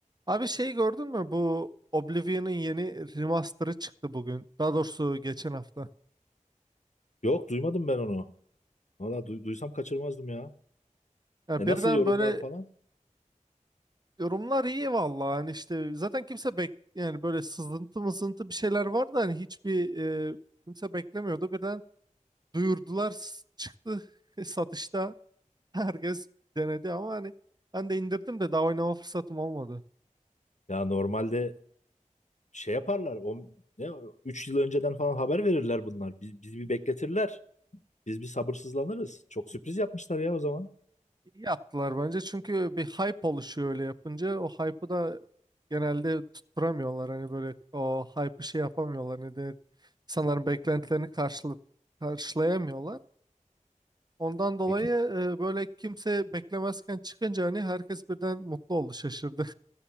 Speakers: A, on the right; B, on the left.
A: Abi şeyi gördün mü? Bu Oblivion'ın yeni remaster'ı çıktı bugün. Daha doğrusu geçen hafta.
B: Yok duymadım ben onu. Valla duy- duysam kaçırmazdım ya.
A: Ya
B: E
A: birden
B: nasıl yorumlar
A: böyle
B: falan?
A: yorumlar iyi vallahi. Hani işte zaten kimse bek yani böyle sızıntı mızıntı bir şeyler vardı hani hiçbir e, kimse beklemiyordu. Birden duyurdular s- çıktı <laughs> satışta. Herkes denedi ama hani ben de indirdim de daha oynama fırsatım olmadı.
B: Ya normalde şey yaparlar. O, ne, 3 yıl önceden falan haber verirler bunlar. Biz, bizi bir bekletirler. Biz bir sabırsızlanırız. Çok sürpriz yapmışlar ya o zaman.
A: İyi yaptılar bence çünkü bir hype oluşuyor öyle yapınca o hype'ı da genelde tutturamıyorlar hani böyle o hype'ı şey yapamıyorlar ne denir insanların beklentilerini karşıla- karşılayamıyorlar. Ondan dolayı
B: Peki.
A: e, böyle kimse beklemezken çıkınca hani herkes birden mutlu oldu şaşırdı.